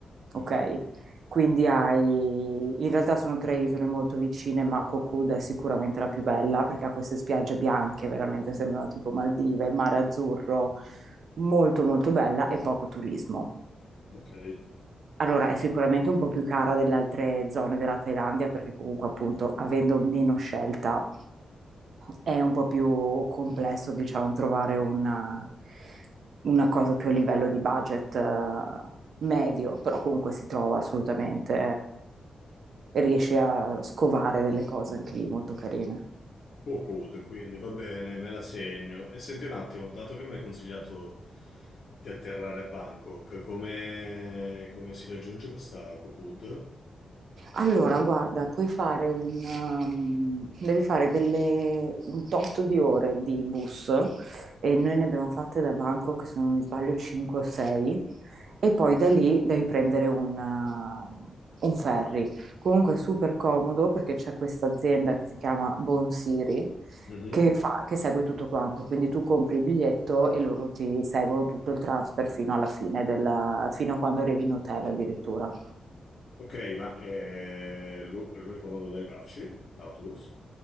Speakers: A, on the left; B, on the right.
A: Mhm,
B: ok? Quindi hai, in realtà sono tre isole molto vicine, ma Koh Kood è sicuramente la più bella perché ha queste spiagge bianche, veramente sembrano tipo Maldive, il mare azzurro, molto molto bella e poco turismo.
A: Ok,
B: Allora, è sicuramente un po' più cara delle altre zone della Thailandia perché comunque appunto avendo meno scelta è un po' più complesso, diciamo, trovare una, una cosa più a livello di budget eh, medio, però comunque si trova assolutamente, eh, riesci a scovare delle cose anche lì molto carine.
A: Cocod, quindi va bene, me la segno. E senti un attimo, dato che mi hai consigliato di atterrare a Bangkok, come, come si raggiunge questa Cocod?
B: Allora, guarda, puoi fare un, um, devi fare delle, un tot di ore di bus e noi ne abbiamo fatte da Bangkok, se non mi sbaglio, 5 o 6 e poi da lì devi prendere un, uh, un ferry. Comunque è super comodo perché c'è questa azienda che si chiama Bonsiri
A: Mhm,
B: che fa- che segue tutto quanto, quindi tu compri il biglietto e loro ti seguono tutto il transfer fino alla fine della, fino a quando arrivi in hotel addirittura.
A: Ok, ma è l'u- l'unico modo di arrivarci? L'autobus?